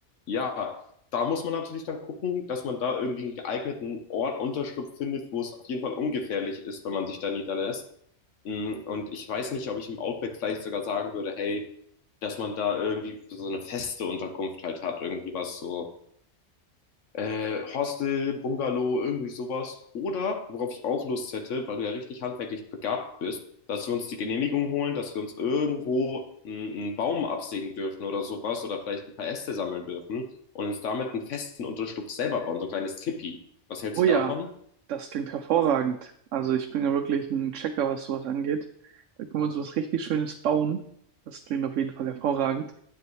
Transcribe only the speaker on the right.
Oh ja,
das klingt hervorragend. Also ich bin ja wirklich ein Checker, was sowas angeht. Da können wir uns was richtig Schönes bauen. Das klingt auf jeden Fall hervorragend.